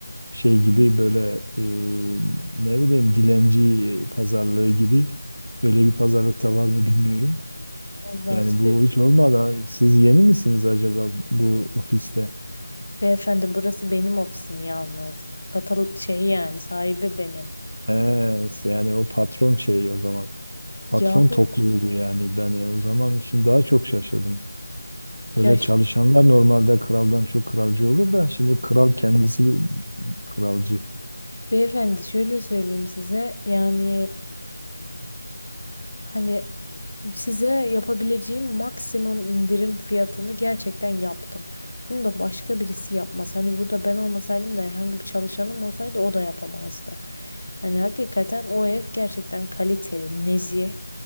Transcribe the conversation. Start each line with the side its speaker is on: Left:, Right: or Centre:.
Right: şey gibi böyle e, ne bileyim dilenci pazarlığı gibi böyle bir pazarlık da var mı bilmiyorum.
Left: Allah
Right: Yani
Left: size
Right: bu hiç olmadı. Siz yeni misiniz acaba bu ofiste?
Left: Beyefendi burası benim ofisim yalnız. Satal şey yani sahibi benim.
Right: He, yani o patron şeyi o zaman.
Left: Ya,
Right: Patron tokluğu bu yani. Ben o zaman şimdi daha çok şaşırdım. Böyle
Left: ya ş-
Right: çalışanlar normalde kraldan çok kralcı olur da şimdi kral kendisi kralcı.
Left: beyefendi şöyle söyleyeyim size yani hani size yapabileceğim maksimum indirim fiyatını gerçekten yaptım. Bunu da başka birisi yapmaz. Hani burada ben olmasaydım da herhangi bir çalışanım olsaydı o da yapamazdı. Hani hakikaten o ev gerçekten kaliteli, nezih